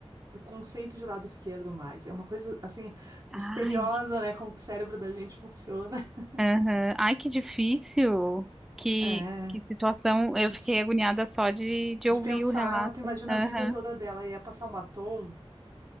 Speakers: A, on the right (about 35°); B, in the centre.
A: o conceito de lado esquerdo mais. É uma coisa, assim, misteriosa,
B: Ai,
A: né? Como que o cérebro da gente funciona. <laughs>
B: aham. Ai, que difícil. Que,
A: É.
B: que situação. Eu
A: isso.
B: fiquei agoniada só de, de
A: De
B: ouvir
A: pensar,
B: o relato.
A: tu imagina
B: Aham.
A: a vida toda dela, e ia passar um batom.